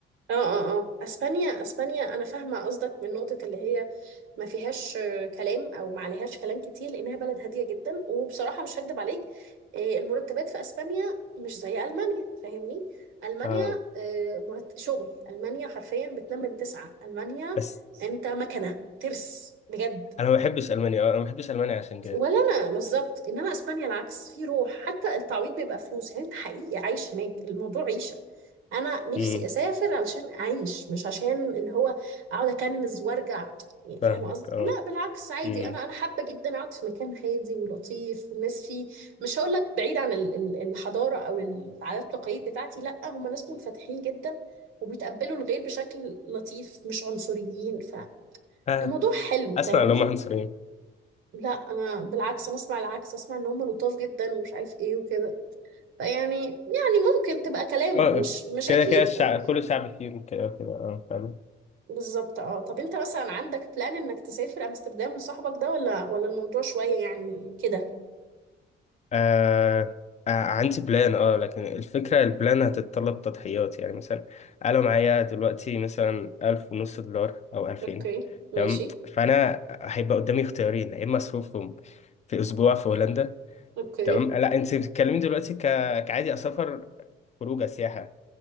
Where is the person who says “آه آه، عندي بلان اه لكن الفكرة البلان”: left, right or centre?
Left